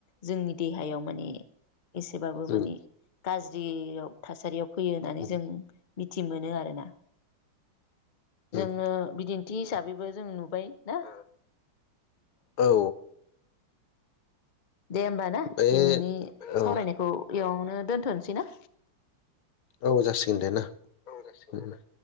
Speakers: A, on the left; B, on the left.
A: जोंनि देहायाव माने एसेबाबो माने
B: उम
A: गाज्रि जियाव थासारियाव फैयो होननानै
B: उम
A: जों मिथि मोनो आरो ना। जोङो
B: उम
A: बिदिन्थि हिसाबैबो जों नुबाय ना
B: औ
A: दे ओमबा ना
B: बे
A: दिनैनि
B: औ
A: सावरायनायखौ इयावनो दोनथ'नोसैना?
B: औ जासिगोन दे ना।
A: औ जासिगोन
B: उम
A: दे ना।